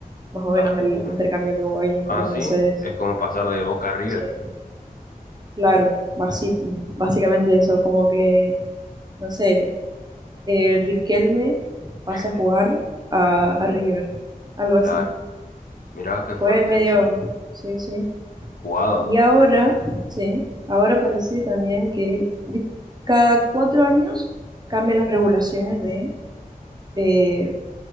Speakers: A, on the right; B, on the left.
A: más o
B: Ah,
A: menos el
B: uff.
A: intercambio que hubo ahí entre
B: Así
A: Mercedes.
B: es como pasar de Boca a River.
A: Sí, claro, basi- básicamente eso, como que, no sé, eh, Riquelme pase
B: <laughs>
A: a jugar a, a River, algo así.
B: Claro, mirá qué
A: Fue
B: fuerte,
A: medio,
B: che.
A: sí, sí,
B: Jugado.
A: Y ahora,
B: Ju-
A: sí, ahora parece también que cada cuatro años cambian las regulaciones de, eh,